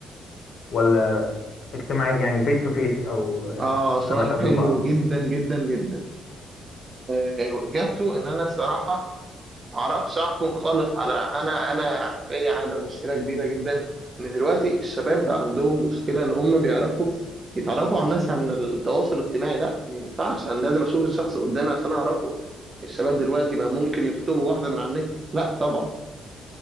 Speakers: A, on the left; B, on the right.
A: ولا اجتماعي يعني فيس تو فيس أو آه،
B: اه
A: لما
B: سؤال
A: تقابلوا
B: حلو
A: بعض
B: جدا جدا جدا آه، اجابته ان انا صراحه ما اعرفش احكم خالص على انا انا في عاده مشكله كبيره جدا ان دلوقتي الشباب بقى عندهم مشكله ان هم بيعرفوا يتعرفوا على الناس عن التواصل الاجتماعي لا ما ينفعش انا لازم اشوف الشخص قدامي عشان اعرفه الشباب دلوقتي بقى ممكن يخطبوا واحده من على النت لا طبعا